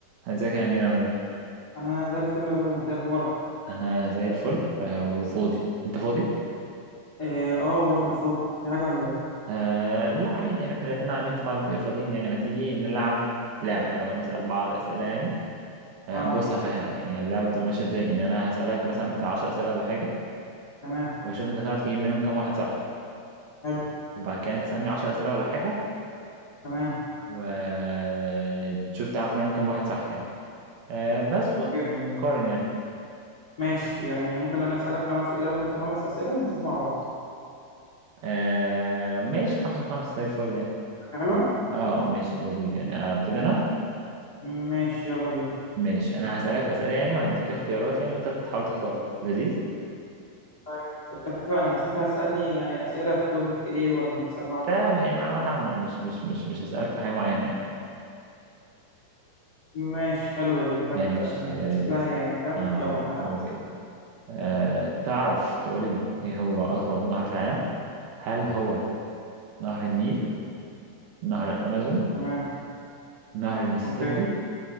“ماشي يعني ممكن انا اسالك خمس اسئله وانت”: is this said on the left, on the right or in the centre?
Left